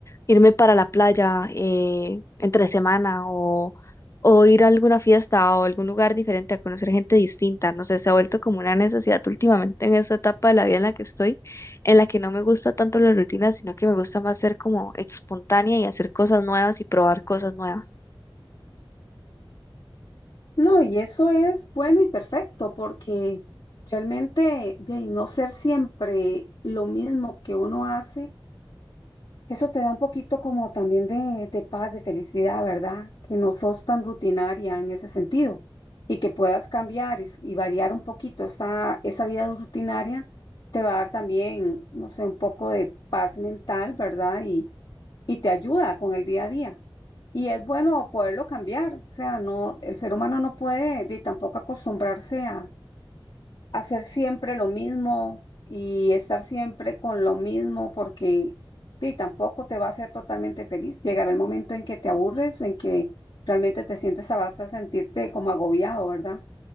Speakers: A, on the left; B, on the left.
A: irme para la playa eh, entre semana o, o ir a alguna fiesta o algún lugar diferente a conocer gente distinta, no sé, se ha vuelto como una necesidad últimamente en esta etapa de la vida en la que estoy, en la que no me gusta tanto la rutina, sino que me gusta más ser como espontánea y hacer cosas nuevas y probar cosas nuevas.
B: No, y eso es bueno y perfecto porque realmente de ahí, no ser siempre lo mismo que uno hace, eso te da un poquito como también de, de paz, de felicidad, ¿verdad? Que no sos tan rutinaria en ese sentido y que puedas cambiar y, s- y variar un poquito esa, esa vida rutinaria, te va a dar también, no sé, un poco de paz mental, ¿verdad? Y, y te ayuda con el día a día. Y es bueno poderlo cambiar, o sea, no, el ser humano no puede vi, tampoco acostumbrarse a hacer siempre lo mismo y estar siempre con lo mismo porque vi, tampoco te va a hacer totalmente feliz. Llegará el momento en que te aburres, en que realmente te sientes, te vas a sentirte como agobiado, ¿verdad?